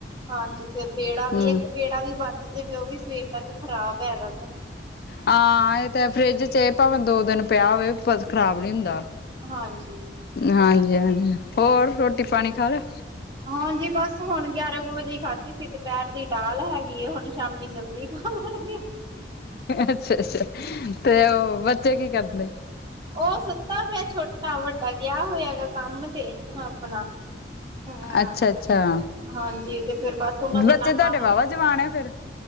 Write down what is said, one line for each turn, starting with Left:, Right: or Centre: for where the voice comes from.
Right: ਹਾਂਜੀ, ਫਿਰ ਪੇੜਾ ਵੀ,
Left: ਹੂੰ।
Right: ਇੱਕ ਪੇੜਾ ਵੀ ਬੱਚ ਜਾਵੇ, ਉਹ ਵੀ ਸਵੇਰ ਤੱਕ ਖ਼ਰਾਬ ਹੈਗਾ ਗਾ।
Left: ਹਾਂ, ਇਹ ਤੇ ਹੈ, ਫਰਿੱਜ ਚ ਭਾਵੇਂ ਦੋ ਦਿਨ ਪਿਆ ਹੋਵੇ। ਫਿਰ ਖ਼ਰਾਬ ਨੀ ਹੁੰਦਾ,
Right: ਹਾਂਜੀ ਇਹ
Left: ਹਾਂਜੀ-ਹਾਂਜੀ।
Right: ਤਾਂ ਹੈ
Left: ਹੋਰ, ਰੋਟੀ ਪਾਣੀ ਖਾ ਲਿਆ?
Right: ਹਾਂਜੀ, ਬੱਸ ਹੁਣ ਗਿਆਰਾਂ ਕੁ ਵਜੇ ਖਾਧੀ ਸੀ, ਦੁਪਹਿਰ ਦੀ ਟਾਲ ਹੈਗੀ ਏ, ਹੁਣ ਸ਼ਾਮੀ ਜਲਦੀ ਖਾਣ ਲੱਗੇ ਆ।
Left: ਅੱਛਾ-ਅੱਛਾ, ਤੇ ਉਹ ਬੱਚੇ ਕੀ ਕਰਦੇ?
Right: ਉਹ ਸੁੱਤਾ ਪਿਆ ਛੋਟਾ, ਵੱਡਾ ਗਿਆ ਹੋਇਆ ਹੈਗਾ ਕੰਮ ਤੇ ਆਪਣਾ। ਹਾਂ,
Left: ਅੱਛਾ-ਅੱਛਾ
Right: ਤੇ ਹਾਂਜੀ, ਤੇ ਫਿਰ ਬੱਸ ਉਹਨਾਂ ਦੇ
Left: ਬੱਚੇ
Right: ਨਾਲ-ਨਾਲ
Left: ਤੁਹਾਡੇ ਵਾਹਵਾ ਜਵਾਨ ਹੈ ਫੇਰ